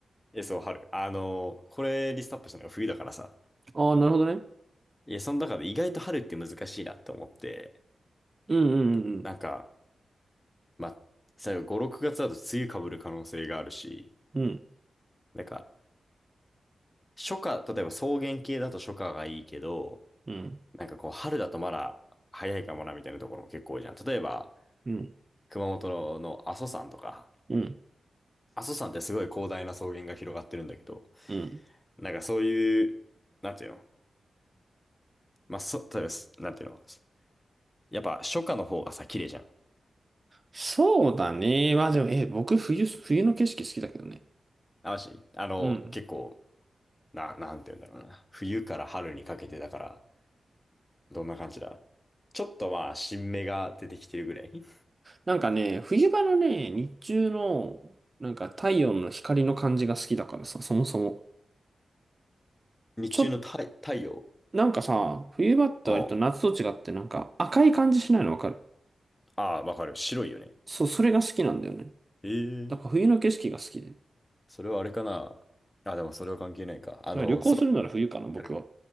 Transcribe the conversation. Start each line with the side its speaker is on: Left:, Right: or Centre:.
Left: え、そう、春。あのーこれリストアップしたのが冬だからさ、
Right: ああー、なるほどね。
Left: いや、その中で意外と春って難しいなって思って、
Right: うんうん
Left: なんか、まあ、最後5、6月だと梅雨被る可能性があるし、
Right: うんうん。
Left: なんか、初夏、例えば草原系だと初夏がいいけど、
Right: うん
Left: なんかこう、春だとまだ早いかもなみたいなところも結構多いじゃん。例えば、
Right: うん
Left: 熊本の阿蘇山とか、
Right: うんうん
Left: 阿蘇山ってすごい広大な草原が広がってるんだけど、
Right: うん。
Left: なんかそういう、なんていうのまあ、そ、例えばす、なんていうのやっぱ初夏の方がさ、綺麗じゃん。
Right: そうだね。まあでも、え、僕冬、冬の景色好きだけどね。
Left: あ、まし、あの、
Right: うん。
Left: 結構、な、なんていうんだろうな。冬から春にかけてだから、どんな感じだちょっとまあ、新芽が出てきてるぐらい。
Right: なんかね、冬場のね、日中の、なんか太陽の光の感じが好きだからさ、そもそも。
Left: 日中の太、
Right: ちょ、
Left: 太陽。
Right: なんかさ、冬場って割と夏と違ってなんか赤い感じしないのわかる
Left: ああ、あわかる。白いよね。
Right: そう、それが好きなんだよね。
Left: ええ。
Right: だから冬の景色が好きで。だ
Left: それはあれかな。あ、でもそれは関係ないか。あの、
Right: から旅行するなら冬かな、
Left: 空になるか。
Right: 僕は。